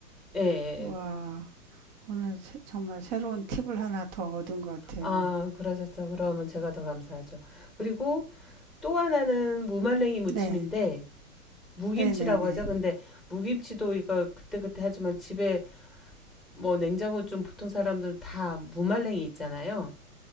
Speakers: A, in the centre; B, on the right.
A: 예, 예, 예.
B: 와, 오늘 새- 정말 새로운 팁을 하나 더 얻은 것 같아요.
A: 아, 그러셨어. 그러면 제가 더 감사하죠. 그리고 또 하나는 무말랭이 무침인데
B: 네,
A: 무김치라고
B: 네네네.
A: 하죠. 근데 무김치도 이거 그때그때 하지만 집에 뭐 냉장고 좀 보통 사람들은 다 무말랭이 있잖아요.